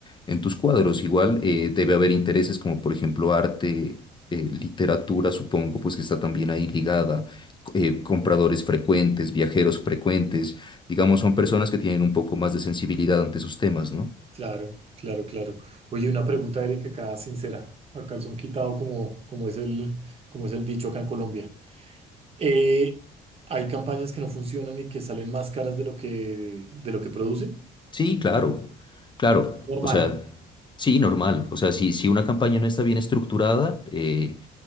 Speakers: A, on the left; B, on the right.
A: en tus cuadros. Igual eh, debe haber intereses como, por ejemplo, arte, eh, literatura, supongo, pues que está también ahí ligada, eh, compradores frecuentes, viajeros frecuentes Digamos, son personas que tienen un poco más de sensibilidad ante esos temas, ¿no?
B: Claro, claro, claro. Oye, una pregunta, Erika, acá sincera. A calzón quitado, como, como es el, como es el dicho acá en Colombia. Eh, ¿hay campañas que no funcionan y que salen más caras de lo que, de lo que producen?
A: Sí, claro, claro.
B: Normal.
A: O sea, sí, normal. O sea, si, si una campaña no está bien estructurada, eh,